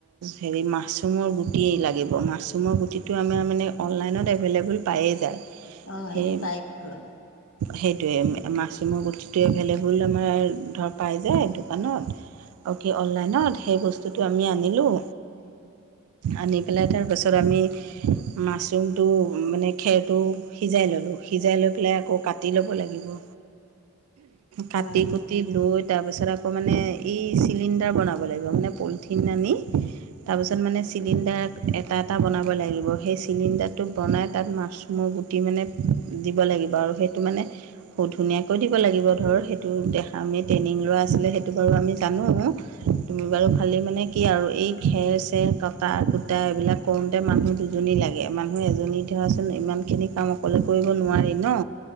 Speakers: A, on the right; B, on the left.
A: হেৰি মাছৰুমৰ গুটি লাগিব মাছ। ৰুমৰ গুটিটো আমাৰ মানে অনলাইনত এভেল- এভোল পায়েই যায়।
B: অ
A: সেই
B: সেইটো পায় বাৰু
A: সেইটোৱে মাছৰুমৰ গুটিটো এভেল-এবোল আমাৰ ধৰ পাই যায় দোকানত। অওকি অনলাইনত সেই বস্তুটো আমি আনিলোঁ। আনি পেলাই তাৰপাছত আমি। মাছৰুমটো মানে খেৰটো সিজাই ল'লোঁ সিজাই লৈ পেলাই আকৌ কাটি ল'ব লাগিব। কাটি
B: অঁ
A: কু টি লৈ তাৰপিছত আকৌ মানে এই চিলিণ্ডাৰ বনাব লাগিব মানে পলিথিন আনি তাৰপিছত মানে চিলিণ্ডাৰ এটা এটা বনাব লাগিব। সেই চি চিলিণ্ডাৰটো বনাই তাত মাছৰুমৰ গুটি মানে দিব লাগিব আৰু সেইটো মানে বহুত ধুনীয়াকৈ দিব লাগিব ধৰ সেইটো দেখা আমি ট্ৰেইনিং লোৱা আছিলে সেইটো বাৰু আমি জানো। তুমি বাৰু খালি মানে কি আৰু এই খেৰ চেৰ কটা কুটা এইবিলাক কৰোতে মানুহ দুজনী লাগ গে মানুহে এজনী ধৰাচোন ইমান খিনি কাম অকলে কৰিব নোৱাৰি ন।